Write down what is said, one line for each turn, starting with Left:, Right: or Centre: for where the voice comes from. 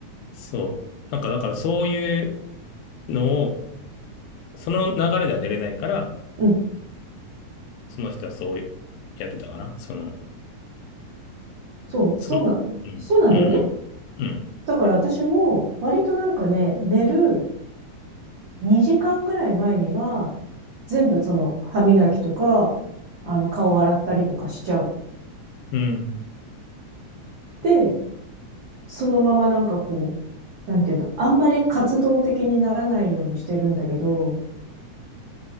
Left: そう。なんかだからそういうのをその流れでは寝れないから、
Right: うん。
Left: その人はそうやってたかな。その、
Right: そう、
Left: その、
Right: そうなん、
Left: うん、
Right: そうなんだよね。
Left: うん、うん、
Right: だから私も割となんかね、寝る2時間ぐらい前には、全部その歯磨きとか、あの顔洗ったりとかしちゃう。
Left: うん。うん
Right: で、そのままなんかこう、なんていうの、あんまり活動的にならないようにしてるんだけど、